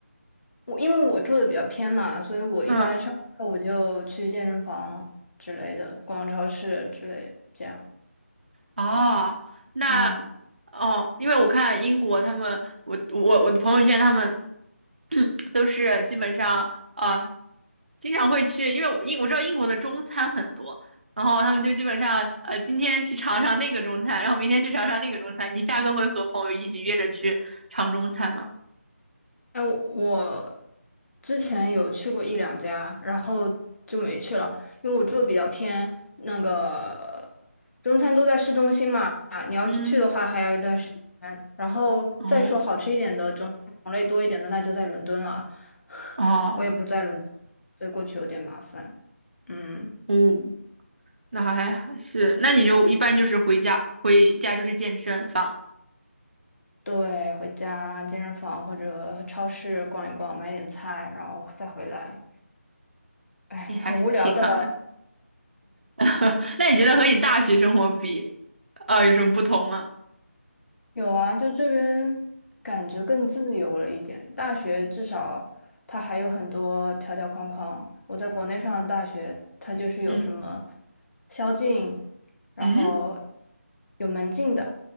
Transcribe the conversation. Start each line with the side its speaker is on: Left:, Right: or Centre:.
Left: 我因为我住的比较偏嘛，所以我一般上完课我就去健身房之类的，
Right: 嗯。
Left: 逛超市之类这样。
Right: 哦，那
Left: 嗯。
Right: 哦，因为我看英国他们，我我我的朋友圈他们 <clears throat> 都是基本上呃，经常会去，因为我英我知道英国的中餐很多，然后他们就基本上呃，今天去尝尝那个中餐，然后明天去尝尝那个中餐。你下课会和朋友一起约着去尝中餐吗？
Left: 哎，我之前有去过一两家，然后就没去了，因为我住的比较偏，那个中餐都在市中心嘛，你要去的话还要一段时间。
Right: 嗯，
Left: 然后再说好吃一点的中餐种类多一点的，
Right: 哦
Left: 那就在伦敦了。<laughs>
Right: 哦
Left: 我也不在伦敦，所以过去有点麻烦。嗯，
Right: 哦，那还还是，那你就一般就是回家回家就是健身房，
Left: 对，回家健身房或者超市逛一逛，买点菜，然后再回来。哎，
Right: 也还是挺好的。
Left: 很无聊的。
Right: <laughs> 那你觉得和你大学生活比，呃，有什么不同吗？
Left: 有啊，就这边感觉更自由了一点。大学至少它还有很多条条框框。我在国内上的大学，它就是有什么
Right: 嗯
Left: 宵禁，然后
Right: 嗯
Left: 有门禁的。